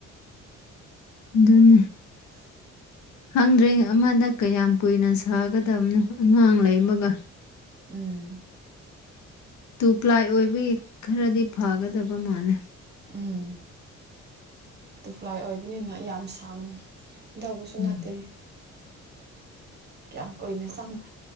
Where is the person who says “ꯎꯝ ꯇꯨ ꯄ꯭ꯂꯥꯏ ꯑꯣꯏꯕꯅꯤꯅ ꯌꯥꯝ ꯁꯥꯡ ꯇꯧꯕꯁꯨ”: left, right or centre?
Right